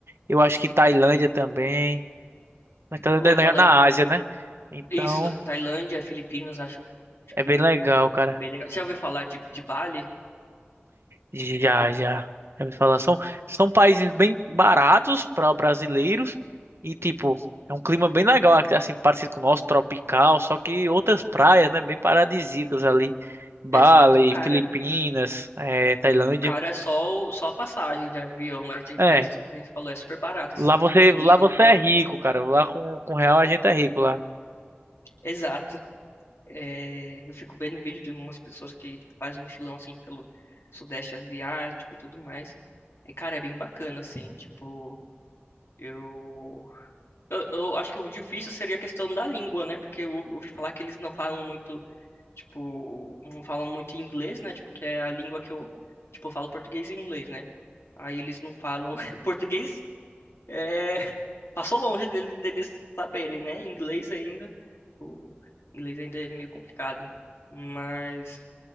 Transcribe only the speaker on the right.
Eu acho que Tailândia também. Mas Tailândia
é
na na Ásia, né? Então
é bem legal, cara.
Já, já. Já ouvi falar. São, são países bem baratos para brasileiros e, tipo, é um clima bem legal, assim, parecido com o nosso, tropical, só que outras praias, né, bem paradisíacas ali. Bali,
Filipinas, eh, Tailândia.
É,
lá você,
lá você
é rico, cara. Lá com, com real a gente é rico lá.